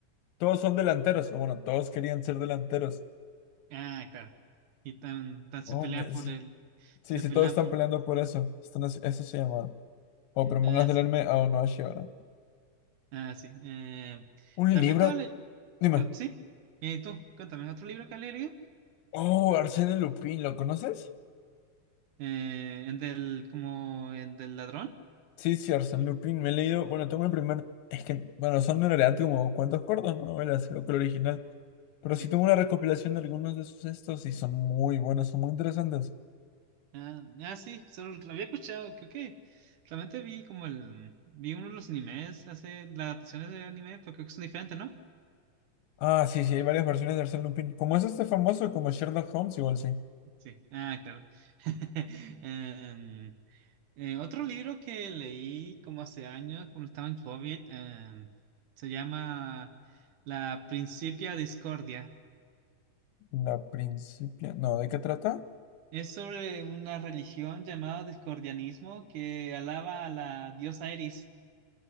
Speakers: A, on the left (about 85°); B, on the right (about 70°).
A: todos son delanteros, o bueno, todos querían ser delanteros.
B: Ah, claro. Y tan, tan
A: Oh,
B: se pelean
A: me-
B: por
A: sí,
B: el...
A: sí,
B: Se
A: sí,
B: pelean
A: todos están
B: por...
A: peleando por eso. Están haci- eso se llama. Oh, pero mangas
B: Ah,
A: del
B: sí.
A: anime Ao no Ashi ahora.
B: Ah, sí. Eh,
A: Un
B: también
A: libro,
B: estaba leyendo...
A: dime.
B: ¿Sí? ¿Y tú? Cuéntame, ¿otro libro que has leído?
A: Oh, Arsène Lupin, ¿lo conoces?
B: Eh, el del, como, el del ladrón.
A: Sí, sí, Arsène Lupin, me he leído, bueno, tengo el primer, es que, bueno, son en realidad como cuentos cortos, no novelas, creo que el original. Pero
B: Sí.
A: sí tengo una recopilación de algunos de sus estos y son muy buenos, son muy interesantes.
B: Ah, ah, sí, solo lo había escuchado, creo ok realmente vi como el, vi uno de los animes, hace las adaptaciones de anime, pero creo que son diferentes, ¿no?
A: Ah, sí, sí, hay varias versiones de Arsène Lupin. Como es este famoso, como Sherlock Holmes, igual sí.
B: Sí. Ah, claro. <laughs> Em, eh, otro libro que leí como hace años, cuando estaba en COVID, em, se llama La Principia Discordia.
A: La principia... No, ¿de qué trata?
B: Es sobre una religión llamada discordianismo que alaba a la diosa Eris.